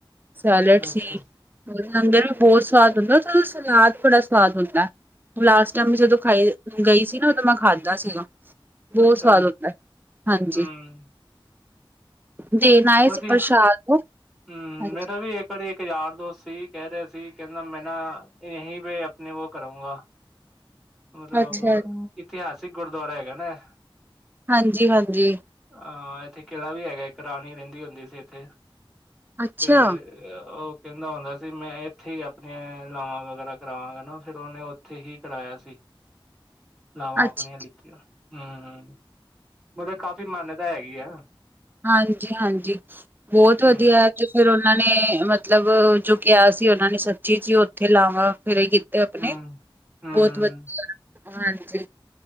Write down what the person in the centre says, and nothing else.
ਅੱਛਾ,
ਅੱਛਾ
ਜੀ,
ਹੂੰ,
ਵਧੀਆ।
ਹੂੰ।
ਮੇਰਾ ਵੀ ਇੱਕ ਵਾਰੀ ਇੱਕ ਯਾਰ, ਦੋਸਤ ਸੀ। ਕਹਿ ਰਿਹਾ ਸੀ। ਕਹਿੰਦਾ, ਮੈਂ ਨਾ, ਯਂਹੀ ਪੇ ਆਪਣੇ ਵੋ, ਕਰੂੰਗਾ। ਮਤਲਬ,
ਇਤਿਹਾਸਿਕ, ਗੁਰਦੁਆਰਾ ਹੈਗਾ ਨਾ। ਏ।
ਹਾਂ। ਇੱਥੇ ਕਿਲਾ ਵੀ ਹੈਗਾ। ਇੱਕ ਰਾਣੀ ਰਹਿੰਦੀ ਹੁੰਦੀ ਸੀ ਇੱਥੇ।
ਤੇ ਉਹ ਕਹਿੰਦਾ ਹੁੰਦਾ ਸੀ। ਮੈਂ ਇੱਥੇ ਹੀ, ਆਪਣੀਆਂ ਲਾਵਾਂ, ਵਗੈਰਾ ਕਰਾਵਾਂਗਾ ਨਾ। ਫੇਰ ਉਹਨੇ ਉੱਥੇ ਹੀ ਕਰਾਇਆ ਸੀ।
ਲਾਵਾਂ,
ਆਪਣੀ ਲਿਤੀਆ, ਹੂੰ-ਹੂੰ। ਮਤਲਬ, ਕਾਫ਼ੀ ਮਾਨਤਾ ਹੈਗੀ ਆ।
ਹੂੰ
ਹੂੰ ਹੂੰ